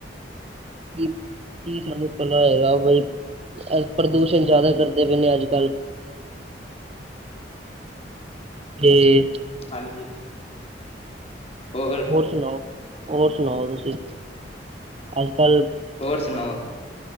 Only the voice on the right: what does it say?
ਕੀ- ਕੀ ਸਾਨੂੰ ਪਤਾ ਹੈਗਾ ਬਈ ਅ ਪ੍ਰਦੂਸ਼ਣ ਜ਼ਿਆਦਾ ਕਰਦੇ ਪਏ ਦੇ ਅੱਜ ਕੱਲ੍ਹ
<unintelligible>
ਹੋਰ ਸੁਣਾਓ? ਹੋਰ ਸੁਣਾਓ, ਤੁਸੀਂ? ਅੱਜ-ਕੱਲ